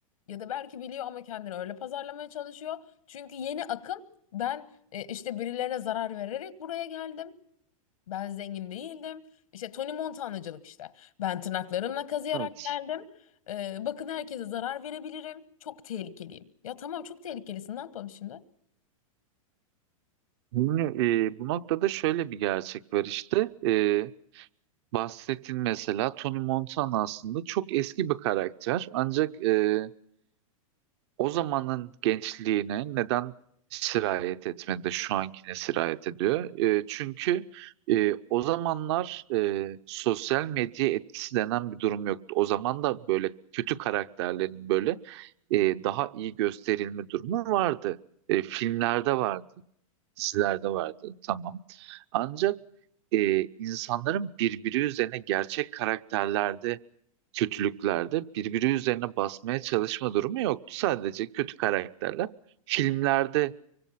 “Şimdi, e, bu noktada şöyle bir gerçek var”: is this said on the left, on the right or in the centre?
Right